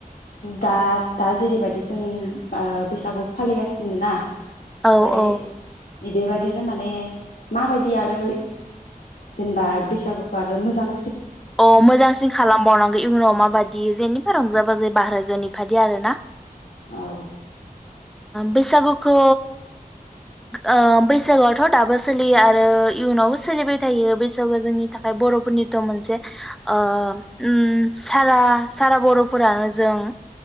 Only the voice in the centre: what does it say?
औ औ
अ मोजांसिन खालामबावनांगौ इयुनाव माबायदि जेने रंजा बाजै बाहहागोनि फादि आरो ना
बैसागुखौ ओ बैसागुआथ' दाबो सोलियो आरो इयुनावबो सोलिबाय थायो बैसागुआ जोंनि थाखाय बर'फोरनिथ' मोनसे अ ओम सारा सारा बर'फोरानो जों